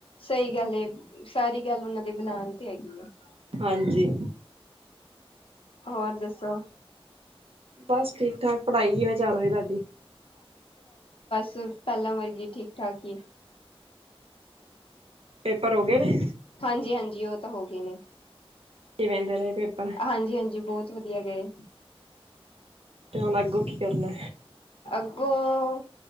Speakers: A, on the left (about 65°); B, on the right (about 70°).
A: ਸਹੀ ਗੱਲ ਏ। ਸਾਰੀ ਗੱਲ ਉਹਨਾਂ ਦੇ ਬਣਾਉਣ ਤੇ ਹੈਗੀ ਆ।
B: ਹਾਂਜੀ।
A: ਹੋਰ ਦੱਸੋ?
B: ਬਸ ਠੀਕ ਠਾਕ ਪੜ੍ਹਾਈ ਕਿਵੇਂ ਚੱਲ ਚੱਲ ਤੁਹਾਡੀ?
A: ਸ ਪਹਿਲਾਂ ਵਰਗੀ ਠੀਕ ਠਾਕ ਹੀ
B: ਪੇਪਰ ਹੋ ਗਏ ਨੇ
A: ਹਾਂਜੀ ਹਾਂਜੀ ਉਹ ਤਾਂ ਹੋ ਗਏ। ਕਿਵੇਂ?
B: ਕਿਵੇਂ ਦੇ ਰਹੇ ਪੇਪਰ
A: ਹਾਂਜੀ ਹਾਂਜੀ ਬਹੁਤ ਵਧੀਆ ਗਏ।
B: ਤੇ ਹੁਣ ਅੱਗੋਂ ਕੀ ਕਰਨਾ?
A: ਅੱਗੋਂ